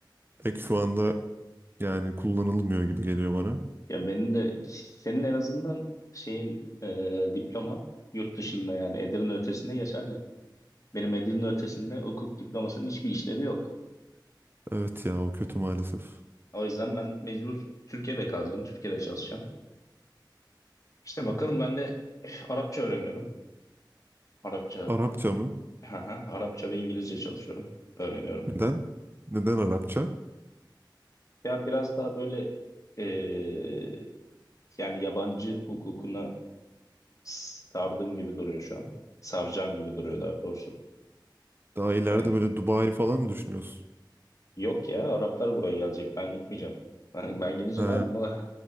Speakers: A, on the right; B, on the left.
A: pek şu anda yani kullanılmıyor gibi geliyor bana.
B: Ya benim de senin en azından şeyin e, diploman yurt dışında yani Edirne ötesinde geçerli. Benim Edirne ötesinde hukuk diplomasının hiçbir işlevi yok.
A: Evet ya o kötü maalesef.
B: O yüzden ben mecbur Türkiye'de kalacağım, Türkiye'de çalışacağım. İşte bakalım ben de eh, Arapça öğreniyorum. Arapça,
A: Arapça mı?
B: haha, Arapça ve İngilizce çalışıyorum, öğreniyorum.
A: Neden? Neden Arapça?
B: Ya biraz daha böyle eee, yani yabancı hukukuna sardığım gibi duruyor şu an. Saracağım gibi duruyor daha doğrusu.
A: Daha ileride
B: Yani
A: böyle Dubai falan mı düşünüyorsun?
B: yok ya Araplar buraya gelecek ben gitmeyeceğim. <laughs> Ben, ben gidince
A: He,
B: ne yapayım? <laughs>